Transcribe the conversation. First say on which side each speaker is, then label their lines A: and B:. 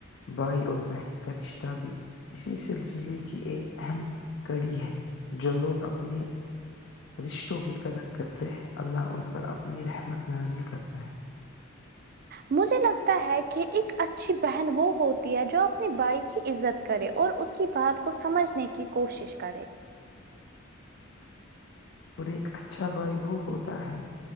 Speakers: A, on the left (about 60°); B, on the right (about 45°).
A: بھائی البہت کا رشتہ بھی اسی سلسلے کی ایک اہم کڑی ہے جو لوگ اپنے رشتوں کی قدر کرتے ہیں اللہ ان پر اپنی رحمت نازل کرتے ہے
B: مجھے لگتا ہے کہ ایک اچھی بہن وہ ہوتی ہے جو اپنی بھائی کی عزت کرے اور اس کی بات کو سمجھنے کی کوشش کرے
A: اور ایک اچھا بوائے وہ ہوتا ہے